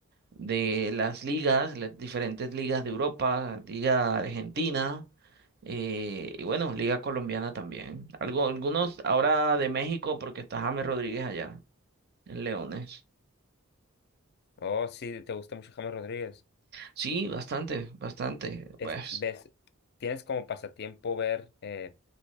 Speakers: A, on the right (about 50°); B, on the left (about 50°).
A: de las ligas, las diferentes ligas de Europa, Liga Argentina eh, y bueno, Liga Colombiana también. Algo, algunos ahora de México porque está James Rodríguez allá en Leones.
B: Oh, sí, te gusta mucho James Rodríguez.
A: Sí, bastante, bastante.
B: Es,
A: Pues.
B: ¿ves? ¿Tienes como pasatiempo ver eh,